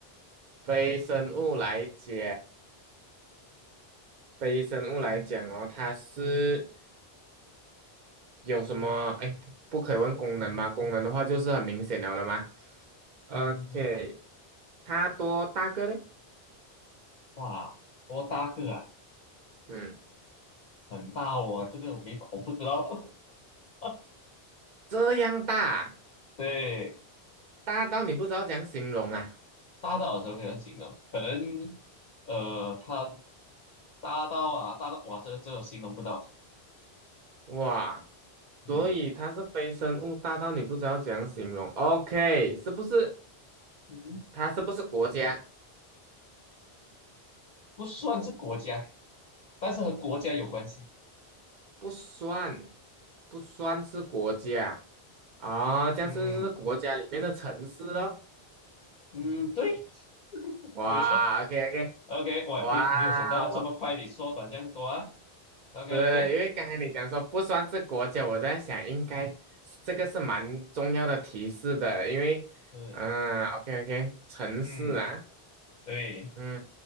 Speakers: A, on the right; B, on the left.
A: 非生物来讲，非生物来讲哦，它是有什么？哎，不不可以问功能吗？功能的话就是很明显了的嘛。OK，
B: 嗯，
A: 它多大个嘞？
B: 哇，多大个啊？
A: 嗯，
B: 很大哦，这个我没法，我不知道。<laughs>
A: 这样大，
B: 对，
A: 大到你不知道怎样形容啊！
B: 大到什么样形容？可能，呃，它大到啊，大到哇，这个这个形容不到。
A: 哇。
B: 嗯，
A: 所以它是非生物大到你不知道怎样形容。OK，是不是？
B: 嗯
A: 它是不是国家？
B: 不算是国家，但是和国家有关系。
A: 不算，不算是国家啊、这样是是国家里面的城市咯。
B: 嗯嗯嗯，对，
A: 哇，OK
B: 没有错。
A: OK，
B: OK，我也没没有想到这么快你缩短这样多啊。
A: 哇，我
B: OK
A: 呃，
B: OK，
A: 因为刚才你讲说不算是国家，我在想应该是这个是蛮重要的提示的，因为嗯、
B: 嗯
A: o k OK，城市啊，
B: 嗯，对，
A: 嗯，